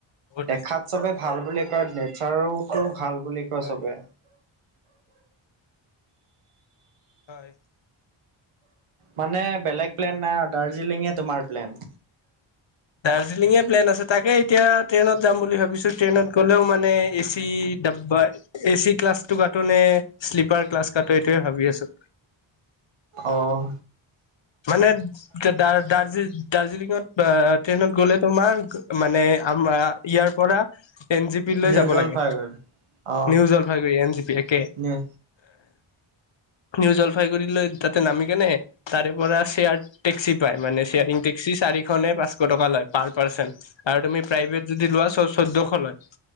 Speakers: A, on the left; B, on the right.
A: বহুত
B: দেখাত
A: আছে।
B: চবে ভাল বুলি কয় নেচাৰোতো ভাল বুলি কয়
A: হয়
B: চবে
A: হয়
B: মানে বেলেগ প্লেন নাই আও দাৰ্জিলিঙে তোমাৰ প্লেন
A: দাৰ্জিলিঙে প্লেন আছে তাকে এতিয়া ট্ৰেইনত যাম বুলি ভাবিছো ট্ৰেইনত গ'লেও মানে এ চি ডাবা এচি ক্লাছটো কাটো নে শ্লিপাৰ ক্লাছ কাটো এইটোয়ে ভাবি আছো
B: অহ
A: মানে দাৰ দাৰ্জি দাৰ্জিলিঙত এ ট্ৰেইনত গ'লে তোমাৰ মানে আমাৰ ইয়াৰ পৰা এন জি পিলৈ
B: নিউ
A: যাব
B: জলপাইগুৰি
A: লাগে
B: অ'
A: new Jalpaiguri N G P একে
B: নিউ
A: নিউ জলপাইগুৰিলৈ তাতে নামি কেনে তাৰে পৰা চেয়াৰ টেক্সি পায় মানে শেয়াৰিং টেক্সি চাৰিশ নে পাঁচ শ টকা লয় পাৰ পাৰ্চেন আৰু তুমি প্ৰাইভেট যদি লোৱা চ চৈধ্যশ লয়